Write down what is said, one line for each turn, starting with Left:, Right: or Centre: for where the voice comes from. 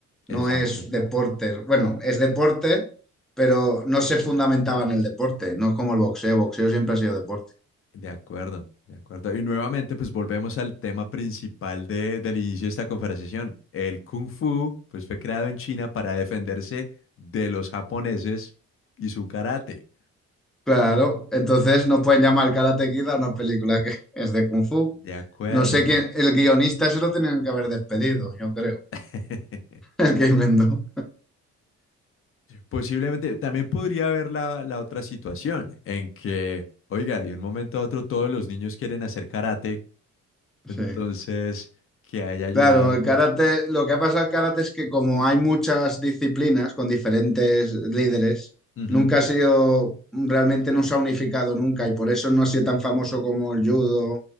Centre: no
Left: Exacto.
Centre: es deporte. Bueno, es deporte, pero no se fundamentaba en el deporte, no es como el boxeo, boxeo siempre ha sido deporte.
Left: De acuerdo, de acuerdo. Y nuevamente, pues volvemos al tema principal de- del inicio de esta conversación. El Kung Fu, pues fue creado en China para defenderse de los japoneses y su karate.
Centre: Claro, entonces no pueden llamar Karate Kid a una película que <laughs> es de Kung Fu.
Left: De acuerdo.
Centre: No sé quién,
Left: eh.
Centre: el guionista se lo tenían que haber despedido, yo creo,
Left: <laughs>
Centre: <laughs> el que inventó.
Left: Posiblemente también podría haber la, la otra situación en que, oiga, de un momento a otro todos los niños quieren hacer karate
Centre: Sí.
Left: Entonces, que haya ayudado,
Centre: Claro, el
Left: pero...
Centre: karate, lo que ha pasado al karate es que como hay muchas disciplinas con diferentes líderes,
Left: Ujú,
Centre: nunca ha sido, realmente no se ha unificado nunca y por eso no ha sido tan famoso como el judo